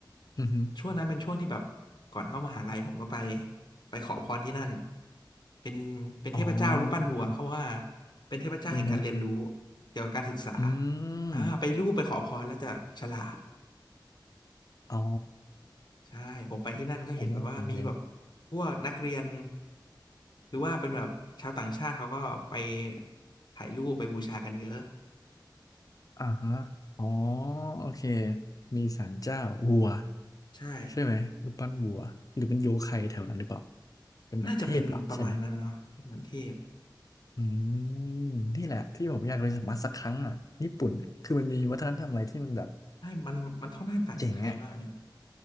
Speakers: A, on the left (about 45°); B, on the left (about 65°).
A: อือฮึ
B: ช่วงนั้นเป็นช่วงที่แบบก่อนเข้ามหาลัยผมก็ไปไปขอพรที่นั่น เป็นเป็นเทพเจ้ารูปปั้นวัวเขาว่า
A: อ๋อ
B: เป็นเทพเจ้าแห่งการเรียนรู้
A: อือฮึ
B: เกี่ยวกับการศึกษา
A: อื
B: อ่าไปรูปไปขอพรแล้วจะฉลาด
A: มอ๋อ
B: ใช่ผมไปที่นั่นก็เห็นแบบว่ามีแบบ
A: โอ้เจ๋ง
B: พวกนักเรียนหรือว่าเป็นแบบชาวต่างชาติเขาก็ไปถ่ายรูปไปบูชากันเยอะ
A: ๆอ่าฮะอ๋อโอเคมีศาลเจ้าวัว
B: ใช่
A: ใช่ไหมรูปปั้นวัวหรือเป็นโยใครแถวนั้นหรือเปล่าเป็นแบบเทพเหรอใช่ไหม
B: น่าจะเป็นประมาณนั้นเนาะเป็นเหมือนเทพ
A: อืมนี่แหละที่ผมอยากไปสัมผัสสักครั้งอ่ะญี่ปุ่นเนี่ยคือมันมีวัฒนธรรมอะไรที่มันแบบ
B: ใช่มันมันค่อนข้างต่างจากไทยมากเลย
A: เจ๋งอ่ะ